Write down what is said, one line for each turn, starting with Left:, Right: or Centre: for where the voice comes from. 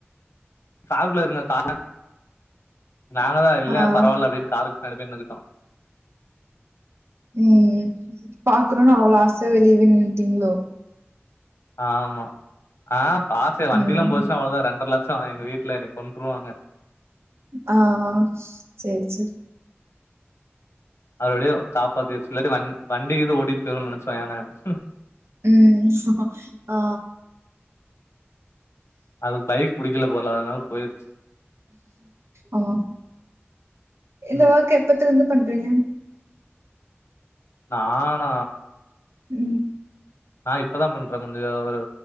Left: சாப்ட்ல இருந்தே தானா நாங்கதா இல்ல
Right: ஆ
Left: பரவால்ல அப்டின்னு காருக்கு பின்னாடி போய் நின்னுகிட்டோ
Right: ம்ம் பாக்கணும்னு அவ்வளோ ஆசை வெளியவே நீட்டீங்களோ
Left: ஆமா ஆ பாசே வண்டில்லாம்
Right: ம்
Left: போச்சுன்னா அவ்வளவுதான் ரெண்டரா லட்ச ச்சாம் எங்க வீட்டுல என்னை கொண்டுருவாங்க
Right: ஆ சரி சரி
Left: அவரெடியும் காப்பாத்தியாச்சி இல்லாடி வண் வண்டி இது ஓடிட்டு போடும்னு நினைச்சோம்யானம்
Right: ம் சா ஆ
Left: அதுக்கு பைக் பிடிக்கல போலா அதனால போயிருச்சு
Right: ஆமா இந்த
Left: ம்
Right: வொக்கு எப்பத்துல இருந்து பண்றீங்க
Left: நானா
Right: ம்
Left: நான் இப்பதான் பண்றேன் கொஞ்ச ஒரு